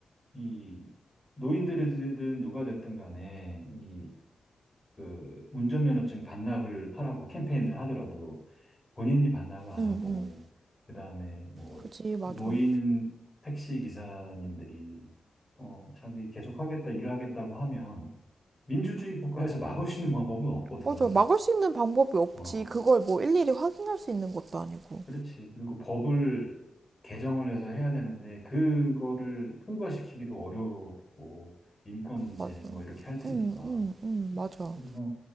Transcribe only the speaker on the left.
이 노인들이든 누가 됐든 간에 이 그 운전면허증 반납을 하라고 캠페인을 하더라도 본인이 반납을 안
하고
그다음에 뭐
노인 택시 기사님들이 어 자기 계속 하겠다 일하겠다고 하면 민주주의 국가에서 막을 수 있는 방법은 없거든.
어
그렇지. 그리고 법을 개정을 해서 해야 되는데 그거를 통과시키기도 어렵고 인권 문제
뭐 이렇게 할 테니까.
그래서